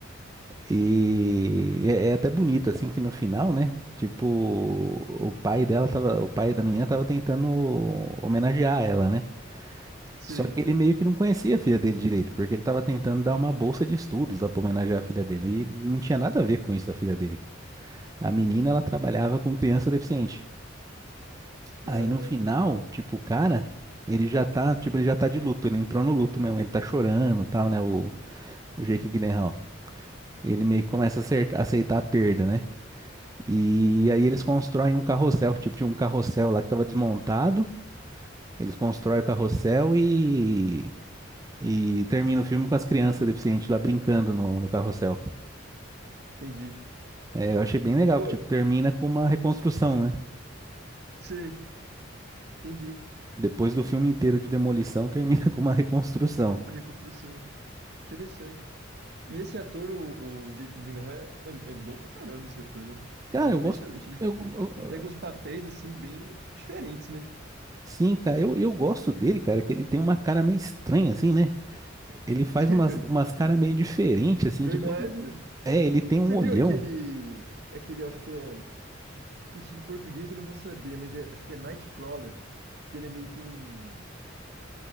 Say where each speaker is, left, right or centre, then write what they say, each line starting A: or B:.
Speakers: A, on the right; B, on the right.
A: E é, é até bonito, assim, que no final, né? Tipo, o pai dela tava, o pai da menina tava tentando homenagear ela, né?
B: Sei.
A: Só que ele meio que não conhecia a filha dele direito, porque ele tava tentando dar uma bolsa de estudos lá pra homenagear a filha dele. E não tinha nada a ver com isso da filha dele. A menina, ela trabalhava com criança deficiente. Aí
B: Ah,
A: no final, tipo, o cara, ele já tá, tipo, ele já tá de luto, ele entrou no luto mesmo, ele tá chorando, e tal, né? O, o Jake Gyllenhaal. Ele meio que começa a acertar- aceitar a perda, né? E aí eles constroem um carrossel, tipo, tinha um carrossel lá que tava desmontado. Eles constroem o carrossel e. E termina o filme com as crianças deficientes lá brincando no, no carrossel.
B: entendi.
A: É, eu achei bem legal,
B: Pô,
A: que tipo, termina com uma reconstrução, né?
B: sei, entendi.
A: Depois do filme inteiro de demolição, termina <laughs> com uma reconstrução.
B: Com uma reconstrução. Interessante. E esse ator, o, o Jake Gyllenhaal, é, é bom pra caramba esse ator, né?
A: Cara,
B: É impressionante.
A: eu gosto.
B: Ele,
A: Eu,
B: ele,
A: eu-
B: ele pega uns papéis, assim, bem diferentes, né?
A: sim, cara, eu, eu gosto dele, cara, que ele tem uma cara meio estranha, assim, né? Ele faz
B: <laughs>
A: umas, umas caras meio diferentes, assim,
B: Verdade.
A: tipo. É, ele tem um
B: Você
A: olhão
B: viu aquele, aquele, acho que é... Ixi, em português eu não vou saber, mas é- acho que é Nightcrawler, que ele é meio que um...